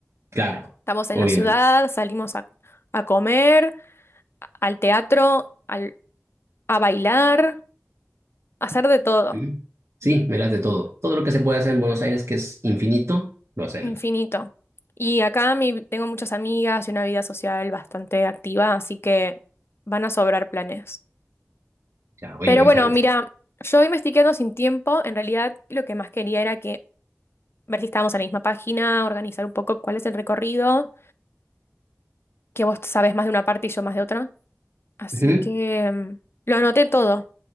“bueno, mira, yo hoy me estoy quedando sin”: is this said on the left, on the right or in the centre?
Left